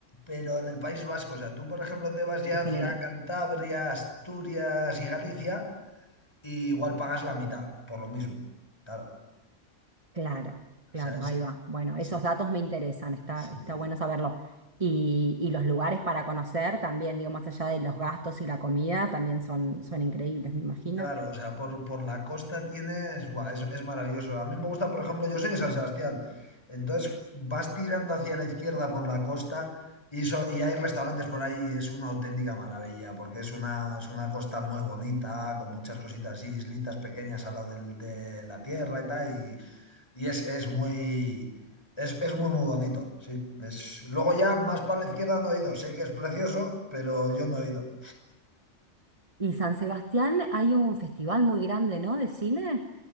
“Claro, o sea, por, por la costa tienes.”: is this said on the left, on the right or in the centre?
Left